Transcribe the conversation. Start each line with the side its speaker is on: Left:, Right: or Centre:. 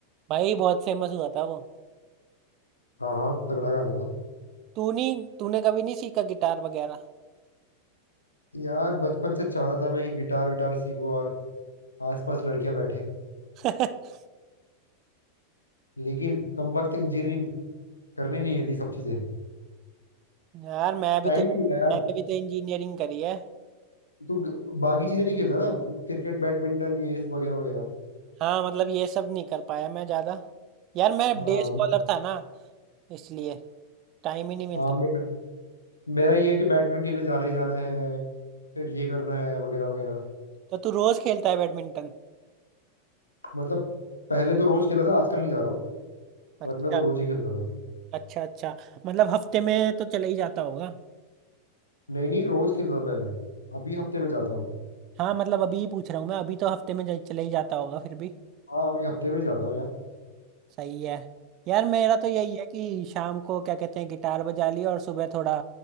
Right: भाई बहुत फेमस हुआ था वो
Left: हाँ हाँ तगड़ा गाना था
Right: तू नहीं तूने कभी नहीं सीखा गिटार वगैरह
Left: यार बचपन से चाहता था मैं कि गिटार विटार सीखूं और आसपास लड़कियां बैठे
Right: <laughs>
Left: लेकिन कमबख्त इंजीनियरिंग करने नहीं देती सब चीजें
Right: यार मैं भी
Left: टाइम
Right: तो
Left: नहीं मिला यार
Right: मैंने भी तो इंजीनियरिंग करी है
Left: तो ग- बाकी चीजें नहीं खेलता ना क्रिकेट बैडमिंटन ये वगैरह वगैरह
Right: हाँ मतलब ये सब नहीं कर पाया मैं ज्यादा यार मैं
Left: हाँ
Right: डे स्कॉलर था ना इसलिए टाइम ही नहीं मिलता
Left: हाँ मेरा मेरा ये है कि बैडमिंटन खेलने जाना ही जाना है फिर ये करना है वगैरह वगैरह
Right: तो तू रोज खेलता है बैडमिंटन
Left: मतलब पहले तो रोज खेला था आजकल नहीं जा रहा हूँ
Right: अच्छा
Left: वरना तो रोज ही खेलता था
Right: अच्छा अच्छा मतलब हफ्ते में तो चला ही जाता होगा
Left: नहीं नहीं रोज खेलता था पहले अभी हफ्ते में जाता हूँ
Right: हाँ मतलब अभी ही पूछ रहा हूँ मैं अभी तो हफ्ते में जा- चला ही जाता होगा फिर भी
Left: हाँ अभी हफ्ते में ही जाता हूँ यार
Right: सही है यार मेरा तो यही है कि शाम को क्या कहते हैं गिटार बजा लिया और सुबह थोड़ा